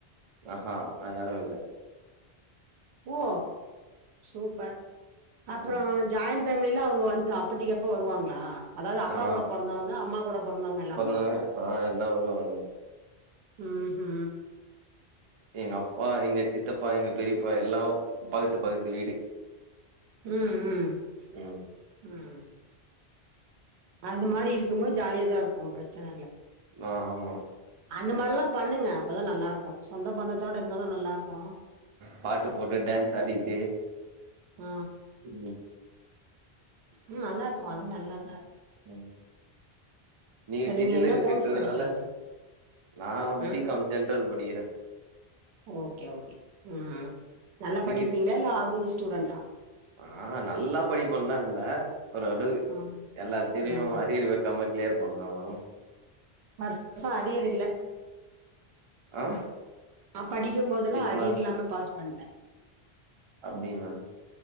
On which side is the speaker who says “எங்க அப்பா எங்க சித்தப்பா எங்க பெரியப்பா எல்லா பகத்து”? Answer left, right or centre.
Right